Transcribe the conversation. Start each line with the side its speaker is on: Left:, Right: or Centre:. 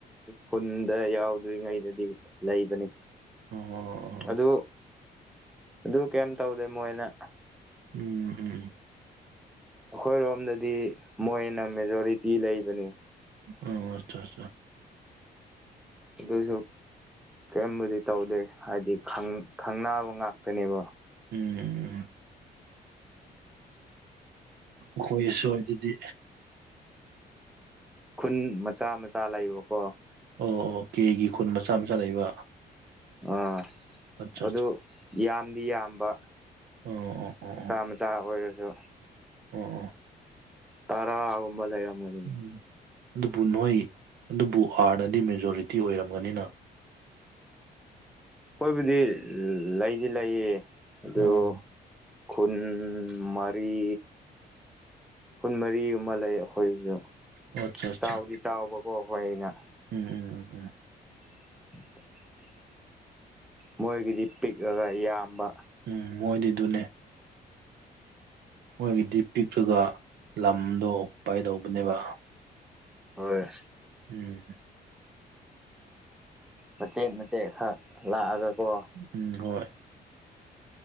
Centre: ꯈꯨꯟꯗ ꯌꯥꯎꯗ꯭ꯔꯤꯉꯩꯗꯗꯤ ꯂꯩꯕꯅꯦ
Right: ꯑꯣ
Centre: ꯑꯗꯨ ꯑꯗꯨ ꯀꯌꯥꯝ ꯇꯧꯗꯦ ꯃꯣꯏꯅ
Right: ꯎꯝ ꯎꯝ
Centre: ꯑꯈꯣꯏꯔꯣꯝꯗꯗꯤ ꯃꯣꯏꯅ ꯃꯦꯖꯣꯔꯤꯇꯤ ꯂꯩꯕꯅꯤ
Right: ꯑꯣ ꯑꯠꯆꯥ ꯑꯠꯆꯥ
Centre: ꯑꯗꯨꯁꯨ ꯀꯔꯤꯝꯕꯨꯗꯤ ꯇꯧꯗꯦ ꯍꯥꯏꯗꯤ ꯈꯪ ꯈꯪꯅꯕ ꯉꯥꯛꯇꯅꯦꯕ
Right: ꯎꯝ ꯎꯝ ꯑꯩꯈꯣꯏꯁꯨ ꯑꯗꯨꯗꯤ
Centre: ꯈꯨꯟ ꯃꯆꯥ ꯃꯆꯥ ꯂꯩꯕꯀꯣ
Right: ꯑꯣ ꯑꯣ ꯀꯦꯒꯤ ꯈꯨꯟ ꯃꯆꯥ ꯃꯆꯥ ꯂꯩꯕ
Centre: ꯑꯥ
Right: ꯑꯠꯆꯥ
Centre: ꯑꯗꯨ
Right: ꯑꯠꯆꯥ
Centre: ꯌꯥꯝꯗꯤ ꯌꯥꯝꯕ
Right: ꯑꯣ ꯑꯣ ꯑꯣ ꯑꯣ
Centre: ꯃꯆꯥ ꯃꯆꯥ ꯑꯣꯏꯔꯁꯨ
Right: ꯑꯣ ꯑꯣ
Centre: ꯇꯔꯥꯒꯨꯝꯕ ꯂꯩꯔꯝꯒ
Right: ꯎꯝ ꯑꯗꯨꯕꯨ ꯅꯣꯏ ꯑꯗꯨꯕꯨ ꯍꯥꯔꯅꯗꯤ ꯃꯦꯖꯣꯔꯤꯇꯤ ꯑꯣꯏꯔꯝꯒꯅꯤꯅ
Centre: ꯑꯩꯈꯣꯏꯕꯨꯗꯤ ꯂꯩꯗꯤ ꯂꯩꯌꯦ ꯑꯗꯨ
Right: ꯑꯣ
Centre: ꯈꯨꯟ ꯃꯔꯤ ꯈꯨꯟ ꯃꯔꯤꯒꯨꯝꯕ ꯂꯩ ꯑꯩꯈꯣꯏꯖꯨ
Right: ꯑꯣ ꯑꯠꯆꯥ ꯑꯠꯆꯥ
Centre: ꯆꯥꯎꯗꯤ ꯆꯥꯎꯕꯀꯣ ꯑꯩꯈꯣꯏꯅ
Right: ꯎꯝ ꯎꯝ ꯎꯝ
Centre: <unintelligible> ꯃꯣꯏꯒꯤꯗꯤ ꯄꯤꯛꯑꯒ ꯌꯥꯝꯕ
Right: ꯎꯝ ꯃꯣꯏꯗꯤ ꯗꯨꯅꯦ ꯃꯣꯏꯒꯤꯗꯤ ꯄꯤꯛꯂꯒ ꯂꯝꯗꯣ ꯑꯣꯀꯨꯄꯥꯏ ꯇꯧꯕꯅꯦꯕ
Centre: ꯍꯣꯏ
Right: ꯎꯝ
Centre: ꯃꯆꯦꯠ ꯃꯆꯦꯠ ꯈꯛ ꯂꯥꯛꯑꯒ ꯀꯣ
Right: ꯎꯝ ꯍꯣꯏ